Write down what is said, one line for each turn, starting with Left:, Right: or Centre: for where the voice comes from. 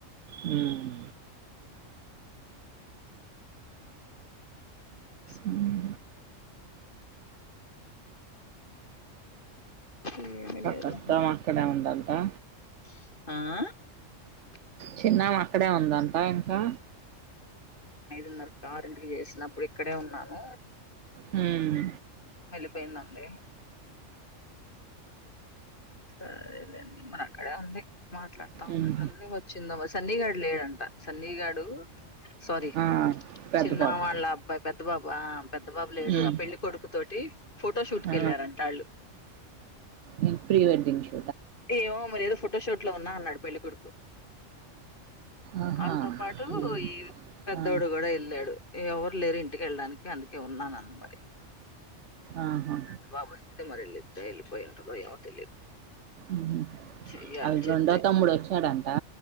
Right: హమ్
Left: సా
Right: ఉమ్.
Left: ఏమీ లేదు
Right: మొత్తం అక్కడే ఉండాలి ఆ
Left: ఆ
Right: చిన్నమా అక్కడే ఉందంట ఇంకా
Left: న్నారు కార్ ఇంటికి చేసినప్పుడు ఇక్కడే ఉన్నాను
Right: హ్మ్
Left: పోయిందండి సరేలేండి మన అక్కడే ఉంది మాట్లాడుతా ఉన్నట్టుంది
Right: ఉమ్.
Left: వచ్చింద సన్నీ గాడు లేడంట సన్నీ గాడు సారీ
Right: ఆ, పెద్ద
Left: చిన్న
Right: బాబు
Left: వాళ్ళ పెద్ద బాబా పెద్ద బాబు లేడు
Right: ఉమ్.
Left: ఆ పెళ్లి కొడుకు తోటి ఫొటోషూట్
Right: ఆ.
Left: కెళ్ళారంటే వాళ్ళు
Right: ఇంక ప్రీ వెడ్డింగ్ షూ
Left: ఏవో మరి ఏదో ఫోటోషూట్ ఇంట్లో ఉన్నా అన్నాడు పెళ్లికొడుకు
Right: ఆహా.
Left: వాళ్ళతో పాటు
Right: ఉమ్.
Left: ఈ పెద్దోడు
Right: ఆ.
Left: కూడా వెళ్ళాడు ఎవరు లేరు ఇంటికెళ్ళడానికి అందుకే ఉన్నాను న మరి
Right: ఆహా
Left: పెద్ద బాబు వస్తే మరి ఇద్దరు ఎల్లిపోయిండ్రో ఏమో తెలియదు
Right: ఉమ్.
Left: చెయాలి
Right: వాళ్ళ
Left: చెప్తే
Right: రెండో తమ్ముడు వచ్చాడంట